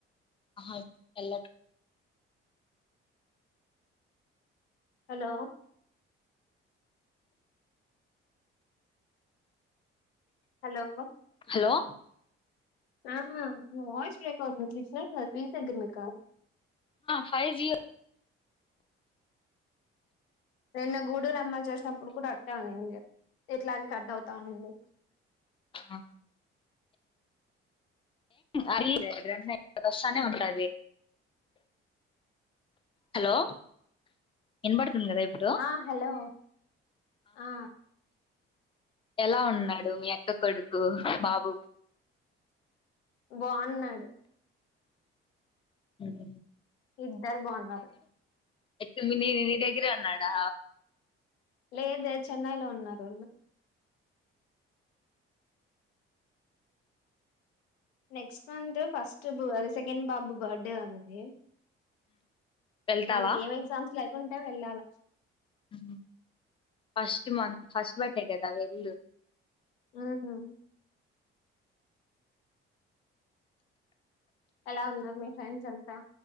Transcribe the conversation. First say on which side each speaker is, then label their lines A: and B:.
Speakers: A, on the left; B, on the left.
A: ఆహా ఎల్లర్
B: హలో హలో
A: హలో
B: ఆ వాయిస్ బ్రేక్ అవుతుంది సిగ్నల్ ఏది దగ్గర మీక
A: ఫైవ్ జి
B: నిన్న గూడురమ్మ చేసినప్పుడు కూడా అట్టే ఉనండి ఇట్లాగ కట్ అవుతావునండి
A: ఆ అ రె వస్తానే ఉంటది హలో ఎన్‌పాడు తుంధి కదా ఇప్పుడు
B: ఆ హలో ఆ
A: ఎలా ఉన్నాడు మీ అక్క ట్టక ఎడుకు బాబు
B: బాగున్నాడు
A: ఉమ్
B: ఇద్దరు బాగున్నారు
A: ఎక్క- నీ నీ దగ్గర అన్నాడా
B: లేద చెన్నైలో ఉన్నారు వాళ్ళు నెక్స్ట్ మంత్ ఫస్ట్ బురి సెకండ్ బాబు బర్త్డే ఉంది
A: వెళ్తావా
B: మనకి ఏం ఎగ్జామ్స్ లేకుండా ఇ వెళ్ళాల
A: ఉమ్ ఫస్ట్ మ ఫస్ట్ బట్టే కదా వెళ్ళు
B: ఉమ్ ఎలా ఉనారు మీరు ఫ్రెండ్స్ అంతా